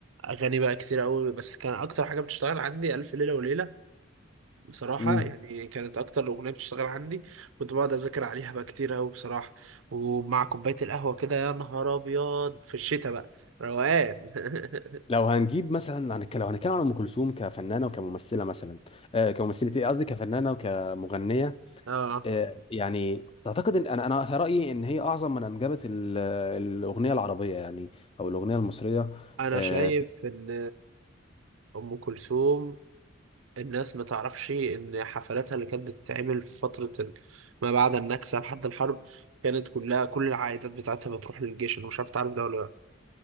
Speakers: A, on the right; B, on the left.
A: اغاني بقى كتير قوي بس كان اكتر حاجه بتشتغل عندي الف ليله وليله بصراحه
B: امم
A: يعني كانت اكتر اغنيه بتشتغل عندي كنت بقعد اذاكر عليها بقى كتير قوي بصراحه ومع كوبايه القهوه كده يا نهار ابيض في الشتاء بقى روقان <laughs>
B: لو هنجيب مثلا هنتكلم لو هنتكلم عن ام كلثوم كفنانه وكممثله مثلا آه كممثله ايه قصدي كفنانه وكمغنيه
A: اه
B: آه يعني تعتقد ان انا انا في رايي ان هي اعظم من انجبت ال- الاغنيه العربيه يعني او الاغنيه المصريه
A: انا
B: آه
A: شايف
B: في-
A: ان ام كلثوم الناس ما تعرفش ان حفلاتها اللي كانت بتتعمل في فتره ال- ما بعد النكسه لحد الحرب كانت كلها كل العائدات بتاعتها بتروح للجيش انا مش عارف تعرف ده ولا لا